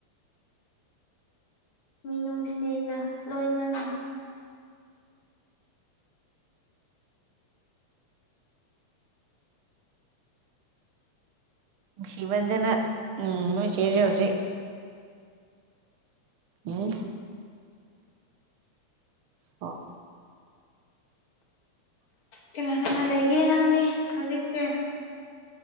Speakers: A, on the left; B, on the right.
A: ꯃꯤꯅꯨꯡꯁꯤꯒ ꯂꯣꯏꯅꯅ
B: ꯅꯨꯡꯁꯤꯃꯟꯗꯅ ꯎꯝ ꯅꯣꯏꯆꯦꯁꯦ ꯍꯧꯖꯤꯛ ꯎꯝ ꯑꯣ
A: ꯀꯅꯥ ꯀꯅꯥ ꯂꯩꯒꯦ ꯅꯪꯗꯤ ꯍꯧꯖꯤꯛꯁꯦ